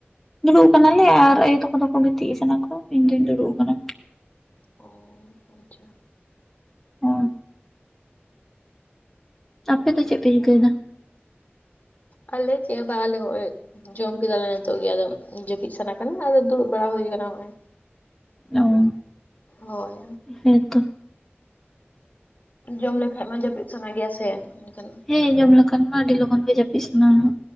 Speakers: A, in the centre; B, on the left (about 40°).
A: ᱫᱩᱲᱩᱵ ᱟᱠᱟᱱᱟᱞᱮ ᱟᱨ ᱟᱭᱳ ᱛᱟᱠᱚ ᱫᱚᱠᱚ ᱜᱤᱛᱤᱡ ᱥᱟᱱᱟ ᱠᱚ ᱤᱧ ᱫᱩᱧ ᱫᱩᱲᱩᱵ ᱟᱠᱟᱱᱟ
B: ᱚ ᱟᱪᱪᱷᱟ
A: ᱦᱚ ᱟᱯᱮ ᱫᱚ ᱪᱮᱜ ᱯᱮ ᱪᱤᱠᱟᱹᱭᱮᱫᱟ <unintelligible>
B: ᱟᱞᱮ ᱪᱮ ᱦᱚᱸ ᱵᱟ ᱟᱞᱮ ᱦᱚᱜ ᱚᱭ ᱡᱚᱢ ᱠᱮᱫᱟᱞᱮ ᱱᱤᱛᱚᱜ ᱜᱮ ᱟᱫᱚ ᱡᱟᱹᱯᱤᱫ ᱥᱟᱱᱟ ᱠᱟᱱᱟ ᱟᱫᱚ ᱫᱩᱲᱩᱵ ᱵᱟᱲᱟ ᱦᱩᱭ ᱟᱠᱟᱱᱟ ᱱᱚᱜᱚᱭ
A: ᱚ
B: ᱦᱚᱭ
A: ᱦᱮᱸᱛᱚ
B: ᱡᱚᱢ ᱞᱮᱠᱷᱟᱡ ᱢᱟ ᱡᱟᱹᱯᱤᱫ ᱥᱟᱱᱟ ᱜᱮᱭᱟ ᱥᱮ ᱮᱱᱠᱷᱟᱱ
A: ᱦᱮᱸ ᱡᱚᱢ ᱞᱮᱠᱷᱟᱱ ᱢᱟ ᱟᱹᱰᱤ ᱞᱚᱜᱚᱱ ᱜᱮ ᱡᱟᱹᱯᱤᱫ ᱥᱟᱱᱟ ᱼᱟ